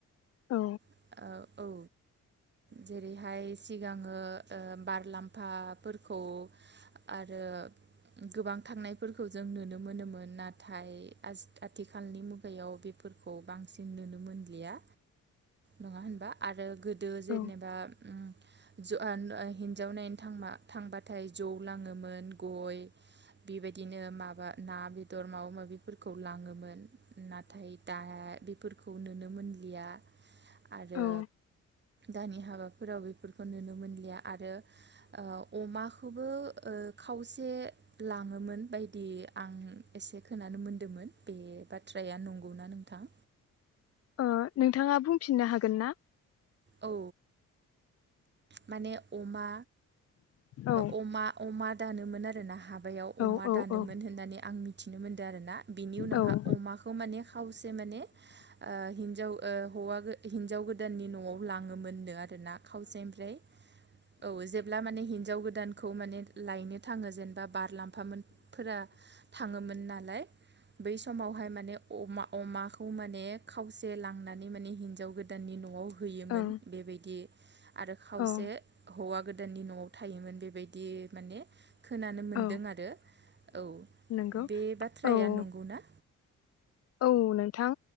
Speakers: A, on the left (about 50°); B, on the right (about 35°).
A: औ
B: ओ औ जेरैहाय सिगाङो ओ बारलाम्फाफोरखौ आरो गोबां थांनायफोरखौ जों नुनो मोनोमोन नाथाय आस आथिखालनि मुगायाव बेफोरखौ बांसिन नुनो मोनलिया। नङा होनबा? आरो गोदो जेनेबा
A: औ
B: ओम ज आन ओ हिन्जाव नायनो थांबा थांबाथाय जौ लाङोमोन गय बेबायदिनो माबा ना बेदर माबा माबिफोरखौ लाङोमोन। नाथाय दा बेफोर खौ नुनो मोनलिया। आरो
A: औ
B: दानिया हाबाफोराव बेफोरखौ नुनो मोनलिया आरो ओ अमाखौबो ओ खावसे लाङोमोन बायदि आं एसे खोनानो मोनदोमोन बे बाथ्राया नंगौना नोंथां?
A: ओ नोंथाङा बुंफिननो हागोन ना?
B: औ माने अमा,
A: औ
B: ओ अमा अमा दानोमोन आरो ना हाब माबायाव
A: औ
B: अमा
A: औ
B: दानोमोन
A: औ
B: होननानै आं मिथिनो मोनदों आरो ना बिनि उनावहा
A: औ ओं
B: अमाखौ माने खावसे माने ओ हिनजाव ओ हौवा हिनजाव गोदाननि न'आव लाङोमोननो आ दोनना खावसे ओमफ्राय औ जेब्ला माने हिनजाव गोदानखौ माने लायनो थाङो जेनेबा बारलाम्फामोन फोरा थाङोमोन नालाय। बै समावहाय माने अमा अमाखौ माने खावसे लांनानै माने हिनजाव गोदाननि न'आव हैयोमोन
A: ओं
B: बेबायदि आरो खावसे
A: औ
B: हौवा गोदाननि न' आव थायोमोन बेबायदि माने खोनानो मोनदों
A: औ
B: आरो औ।
A: नंगौ
B: बे बाथ्राया
A: औ
B: नंगौ ना?
A: औ नोंथां।